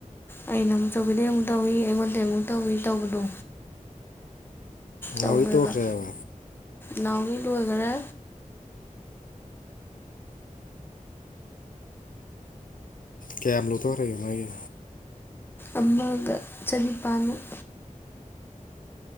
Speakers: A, on the left; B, on the left.
A: ꯑꯩꯅ ꯑꯃꯨꯛꯆꯧꯕꯤꯗꯩ ꯑꯃꯨꯛ ꯇꯧꯏꯤ ꯑꯩꯉꯣꯟꯗ ꯑꯃꯨꯛ ꯇꯧꯏꯤ ꯇꯧꯕꯗꯣ ꯇꯧꯋꯦꯕ
B: ꯊꯥꯎꯕꯤ ꯇꯣꯛꯈ꯭ꯔꯦꯕ
A: ꯅꯥꯎꯒꯤ ꯂꯣꯏꯈꯔꯦ
B: ꯀꯦꯞ ꯂꯧꯊꯧꯔꯦ ꯌꯥꯅꯒꯤ
A: ꯑꯃꯒ ꯆꯅꯤꯄꯥꯥꯟꯃꯨꯛ